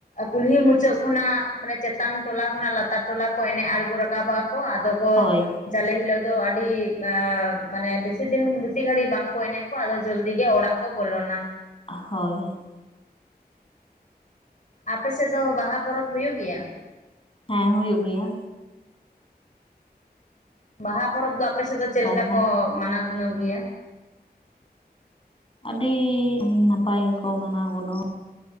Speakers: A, on the left; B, on the left.
A: ᱠᱩᱞᱦᱤ ᱢᱩᱪᱟᱹᱫ ᱠᱷᱚᱱᱟᱜ ᱢᱟᱱᱮ ᱪᱮᱛᱟᱱ ᱴᱚᱞᱟ ᱠᱷᱚᱱᱟᱜ ᱞᱟᱛᱟᱨ ᱴᱚᱞᱟ ᱠᱚ ᱮᱱᱮᱡ ᱟᱬᱜᱚ ᱨᱟᱠᱟᱵᱚᱜ ᱟᱠᱚ ᱟᱫᱚ ᱠᱚ
B: ᱦᱳᱭ
A: ᱡᱟᱞᱮ ᱦᱤᱞᱳᱜ ᱫᱚ ᱟᱹᱰᱤ ᱮᱸᱻ ᱢᱟᱱᱮ ᱵᱮᱥᱤ ᱫᱤᱱ ᱵᱮᱥᱤ ᱜᱷᱟᱹᱲᱤᱡ ᱵᱟᱝᱠᱚ ᱮᱱᱮᱡ ᱟᱠᱚ ᱟᱫᱚ ᱡᱚᱞᱫᱤ ᱜᱮ ᱚᱲᱟᱜ ᱠᱚ ᱵᱚᱞᱚᱱᱟ᱾
B: ᱦᱳᱭ
A: ᱟᱯᱮ ᱥᱮᱫ ᱫᱚ ᱵᱟᱦᱟ ᱯᱚᱨᱚᱵᱽ ᱦᱩᱭᱩᱜ ᱜᱮᱭᱟ?
B: ᱦᱮᱸ ᱦᱩᱭᱩᱜ ᱜᱮᱭᱟ᱾
A: ᱵᱟᱦᱟ ᱯᱚᱨᱚᱵᱽ ᱫᱚ ᱟᱯᱮᱥᱮᱫ ᱫᱚ ᱪᱮᱫ
B: ᱵᱟᱦᱟ
A: ᱞᱮᱠᱟ ᱠᱚ ᱢᱟᱱᱟᱣ ᱜᱩᱱᱟᱹᱣ ᱜᱮᱭᱟ?
B: ᱟᱹᱰᱤ ᱱᱟᱯᱟᱭ ᱜᱮᱠᱚ ᱢᱟᱱᱟᱣ ᱜᱩᱱᱟᱹᱣᱟ᱾